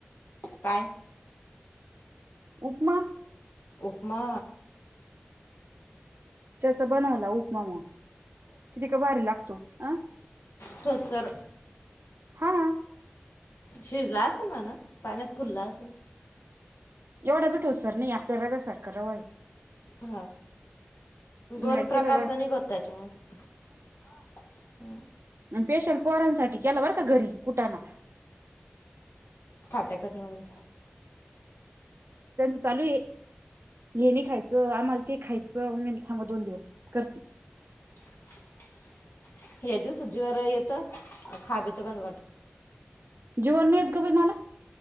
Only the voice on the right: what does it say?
उपमा
त्याचा बनवला उपमा मग कितीे ग भारी लागतो अं
हा
एवढा बि ठोसर नाही आपल्या रव्यासारखा रवा आहे
मी काय
केलं र
पेशल पोरांसाठी केला बर का घरी कुठाना
त्यांचं चालू आहे हे नाय खायचं आम्हाला ते खायचं म दोन दिवस करती
जीवावर नाही येत ग मला